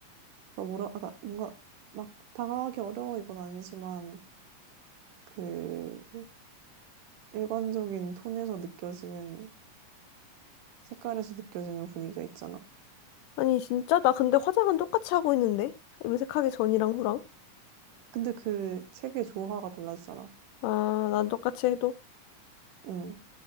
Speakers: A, on the right; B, on the left.
A: 막 뭐라, 아까 뭔가 막 다가가기 어려워 이건 아니지만, 그 일관적인 톤에서 느껴지는 색깔에서 느껴지는 분위기가 있잖아.
B: 아니, 진짜? 나 근데 화장은 똑같이 하고 있는데? 염색하기 전이랑 후랑?
A: 근데 그 책의 조화가 달라지잖아.
B: 아, 난 똑같이 해도?
A: 응.